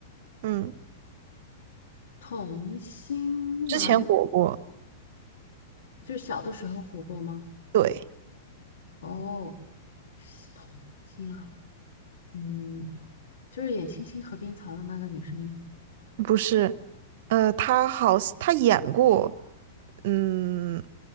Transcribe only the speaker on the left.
童星哪里的？
就小的时候火过吗？
哦，是童星啊，嗯，就是演《青青河边草》的那个女生吗？